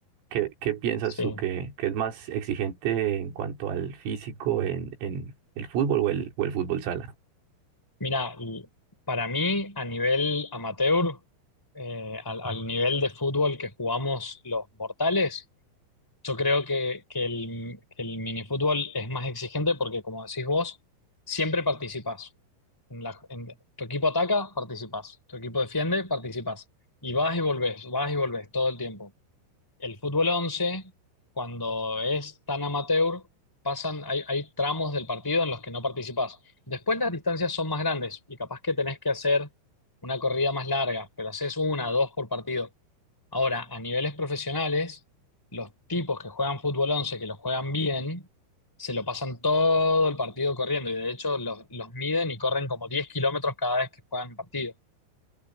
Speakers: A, on the right; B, in the centre.
A: ¿Qué, qué piensas
B: Sí.
A: tú que, que es más exigente en cuanto al físico en, en el fútbol o el, o el fútbol sala?
B: Mira, para mí, a nivel amateur, eh, al, al nivel de fútbol que jugamos los mortales, yo creo que, que el, que el minifútbol es más exigente porque, como decís vos, siempre participás. En la- en- tu equipo ataca, participás. Tu equipo defiende, participás. Y vas y volvés, vas y volvés todo el tiempo. El fútbol 11, cuando es tan amateur, pasan, hay, hay tramos del partido en los que no participás. Después las distancias son más grandes y capaz que tenés que hacer una corrida más larga, pero haces una, dos por partido. Ahora, a niveles profesionales, los tipos que juegan fútbol 11 que lo juegan bien, se lo pasan todo el partido corriendo y de hecho los, los miden y corren como 10 kilómetros cada vez que juegan partido.